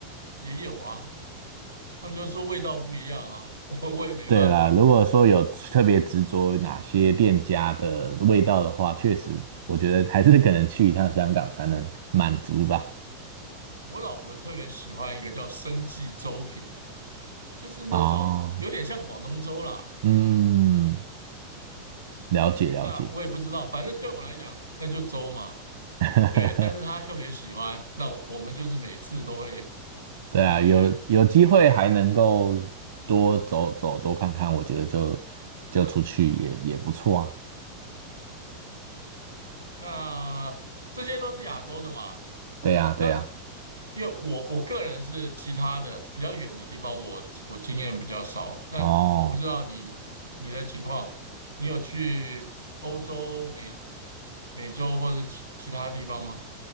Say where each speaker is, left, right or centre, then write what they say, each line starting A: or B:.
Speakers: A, on the right; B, on the right.
A: 也有啊，他们就说味道不一样啊，<laughs> 我我也没办法。
B: <laughs> 对啦，如果说有特别执着于哪些店家的味道的话，确实，我觉得还是可能去一趟香港才能满足吧。
A: 我老婆特别喜欢一个叫生记粥品，就是那种有点像广东粥啦。
B: 哦，嗯，了解了解。
A: 那我也不知道，反正对我来讲那就粥嘛。
B: <laughs>
A: 对，但是她特别喜欢，那我们就是每次都会
B: 对啊，
A: 去。
B: 有有机会还能够多走走，多看看，我觉得就就出去也也不错啊。
A: 那这些都是亚洲的嘛，
B: 对啊，对啊。
A: 那因为我我个人是其他的比较远的地方我，我经验比较少。那我不知道你你的情况，
B: 哦，
A: 你有去欧洲、美美洲或者其其他地方吗？